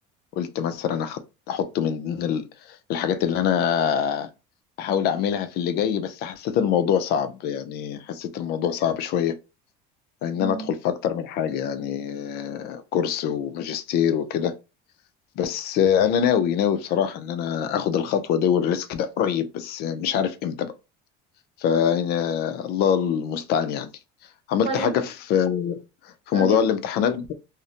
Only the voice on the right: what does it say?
مم،
طيب
طب
أنت